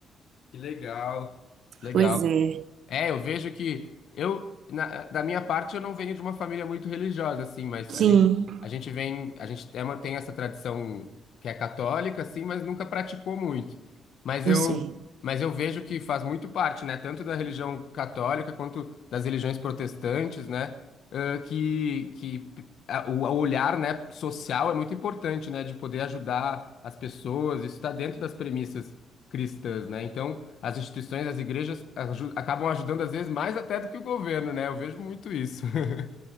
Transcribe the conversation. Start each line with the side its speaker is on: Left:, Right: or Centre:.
Left: Que legal. Legal.
Right: Pois é,
Left: É, eu vejo que eu, na- da minha parte, eu não venho de uma família muito religiosa, assim, mas
Right: sim,
Left: a gente, a gente vem, a gente é uma- tem essa tradição que é católica, assim, mas nunca praticou muito. Mas
Right: eu
Left: eu,
Right: sei.
Left: mas eu vejo que faz muito parte, né, tanto da religião católica quanto das religiões protestantes, né, ãh, que, que a- o, o olhar, né, social é muito importante, né, de poder ajudar as pessoas, isso está dentro das premissas cristãs, né, então. As instituições, as igrejas aju- acabam ajudando às vezes mais até do que o governo, né? Eu vejo muito isso. <laughs>